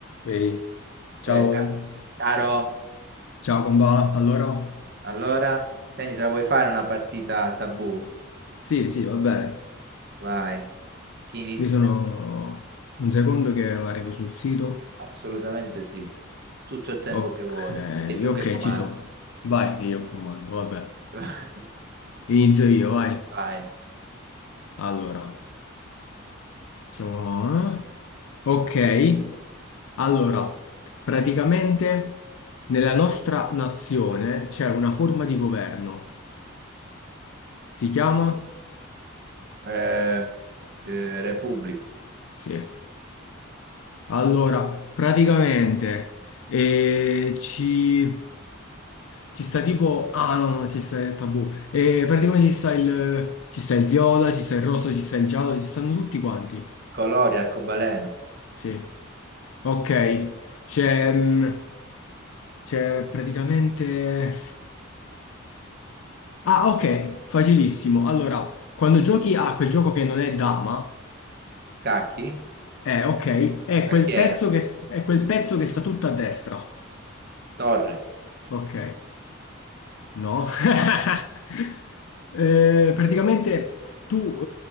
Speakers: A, on the left; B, on the right.
A: Vedi? Ciao,
B: Poi, ca- caro,
A: ciao Comba. Allora,
B: allora, senti, te la vuoi fare una partita tabù?
A: sì, sì, va bene.
B: Vai. Chi inizia?
A: Io sono un secondo che arrivo sul sito.
B: Assolutamente sì. Tutto il tempo
A: Ok,
B: che vuoi. E tu
A: ok,
B: che comandi.
A: ci sono. Vai, che io comando, va bene.
B: <laughs>
A: Inizio io, vai.
B: Vai.
A: Allora, facciamo... eh? Ok, allora, praticamente nella nostra nazione c'è una forma di governo. Si chiama?
B: Eh, eh, Repubblica.
A: Sì. Allora, praticamente eh, ci, ci sta tipo... Ah no, no, ci sta il tabù. Eh, praticamente ci sta il, ci sta il viola, ci sta il rosso, ci sta il giallo, ci stanno tutti quanti.
B: Colori, arcobaleno.
A: Sì. Ok, c'è mm, c'è praticamente... Ah, ok, facilissimo. Allora, quando giochi a quel gioco che non è dama,
B: Cacchi?
A: eh, ok, è
B: Cacchiera.
A: quel pezzo che, è quel pezzo che sta tutto a destra.
B: Torre.
A: Ok. No, <laughs> Eh, praticamente tu